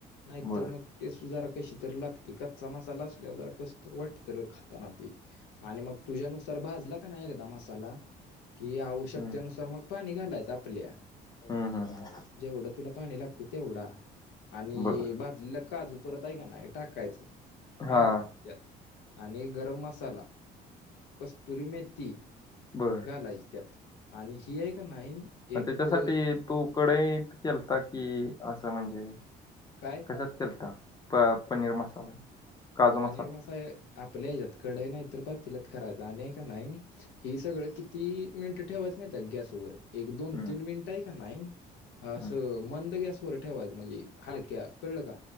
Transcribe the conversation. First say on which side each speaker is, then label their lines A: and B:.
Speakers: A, on the left; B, on the left.
A: नाही
B: बरं.
A: तर मग टेस्ट जरा कशी तरी लागती कच्चा मसाला असल्यावर जरा कस तर वाटत खात आता ना ती आणि मग तुझ्यानुसार भाजला का नाही एकदा मसाला की आवश्यकतेनुसार
B: हं.
A: मग पाणी घालायच आपल्या.
B: हं, हं, हं.
A: जेवढं तुला पाणी लागतं तेवढा. आणि
B: बरं.
A: भाजलेला काजू परत आहे का नाही टाकायचं.
B: हां.
A: हा का? त्यात आणि गरम मसाला, कस्तुरी मेथी.
B: बर.
A: घालायच त्यात आणि हि हाय का नाही
B: मग
A: एक
B: त्याच्यासाठी तु कडईत केलता कि असं म्हणजे?
A: काय?
B: कशात केलता प- पनीर मसाला? काजू
A: पनीर
B: मसाला
A: मसाळ आपल्या ह्याच्यात कडई नाही तर पातील्यात करायचा आणि हाय का नाही हि सगळं किती मिनिटं ठेवायच माहित आहे गॅसवर? एक दोन-
B: हम्म
A: तीन मिनिट हाय का नाही असं
B: हम्म
A: मंद गॅसवर ठेवायचं म्हणजे हलक्या कळलं का?